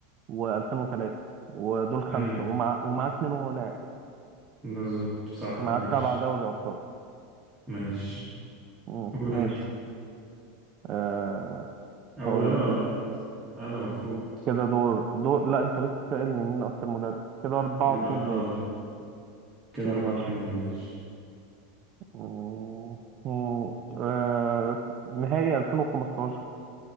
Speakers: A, on the right (about 40°); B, on the right (about 15°).
A: و2003 ودول خمسة
B: مم.
A: ومع ومع اتنين وهو لاعب
B: بالظبط صح
A: مع
B: ماشي
A: سبعة دوري أبطال
B: ماشي
A: مم،
B: قول
A: ماشي
B: انت
A: آه
B: اقول
A: هقول
B: انا
A: لك
B: ولا
A: أنا
B: انت انا مفروض
A: كده دور دور لا أنت لسه سائلني مين أكتر مدرب كده أربعة
B: يبقى
A: اتنين
B: اه
A: ليا
B: ده كده
A: ماشي
B: اربعة اتنين ماشي
A: مم. مم. آه، نهائي 2015